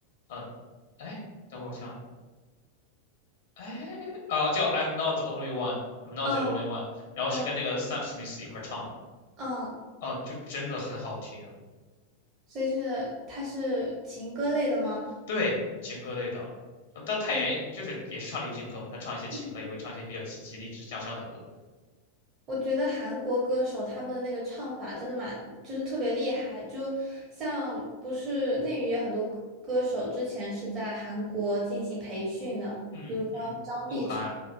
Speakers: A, on the left; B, on the right.
A: 呃，哎，等会儿我想，哎啊，叫 I'm not the only one，I'm not
B: 嗯
A: the only one，然后是跟那个
B: 嗯
A: Sam Smith 一块儿唱的，
B: 嗯，
A: 啊，就真的很好听。
B: 所以是他是情歌类的吗？
A: 对，情歌类的，呃但泰妍就是也是唱流行歌嘛，
B: 对，
A: 他唱一些情歌，
B: 嗯，
A: 也会唱一些比较积极励志向上的歌。
B: 我觉得韩国歌手他们的那个唱法真的蛮，就是特别厉害。就像不是内娱也很多歌歌手之前是在韩国进行培训的，
A: 嗯嗯，
B: 比如说张碧晨，
A: 鹿晗，